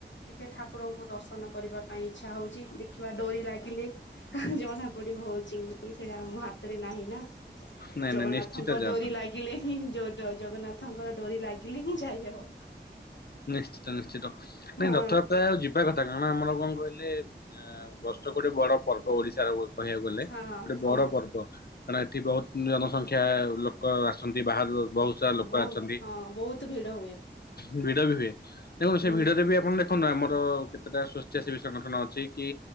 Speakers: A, on the left; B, on the left.
A: ଟିକେ ଠାକୁରଙ୍କୁ ଦର୍ଶନ କରିବା ପାଇଁ ଇ୍ଛା ହଉଛି। ଦେଖିବା ଡରି ଲାଗିଲେ ଜଣା ପଡିବ ହଉଛି। ନାଇଁ ସେଇଟା ଆମ ହାତରେ ନାହିଁ ନା।
B: ନାଇଁ
A: ଜଗନ୍ନାଥଙ୍କ
B: ନାଇଁ ନିଶ୍ଚିତ ଯାଆନ୍ତୁ
A: ଡୋରି ଲାଗିଲେ ହିଁ ଯୋଉ ଜଗନ୍ନା ତାଙ୍କର ଡୋରି ଲାଗିଲେ ହିଁ ଯାଇହବ।
B: ନିଶ୍ଚିତ ନିଶ୍ଚିତ
A: ହଁ
B: ନାଇଁ ରଥଯାତ୍ରା ଆଉ ଯିବା କଥା କାରଣ ଆମର କଣ କହିଲେ ଆ ବର୍ଷ ଗୋଟେ ବଡ ପର୍ବ ଓଡିଶାର ଗୋ କହିବାକୁ ଗଲେ
A: ହଁ
B: ଗୋଟେ
A: ହଁ
B: ବଡ ପର୍ବ କାରଣ ଏଠି ବୋହୁତ୍ ନିୟନ ସଂଖ୍ୟା ଲୋକ ଆ ଛନ୍ତି ବାହାରର ବୋହୁତ ସାରା ଲୋକ
A: ବହୁତ
B: ଆଛନ୍ତି।
A: ହଁ ବହୁତ ଭିଡ ହୁଏ।
B: ଭିଡି ବି ହୁଏ ଦେଖନ୍ତୁ
A: ହୁଁ
B: ସେ ଭିଡିରେ ବି ଆପଣ ଦେଖନ୍ତୁ ଆମର ର କେତେଟା ସ୍ଵଚ୍ଛା ସେବୀ ସଂଗଠନ ଅଛି କି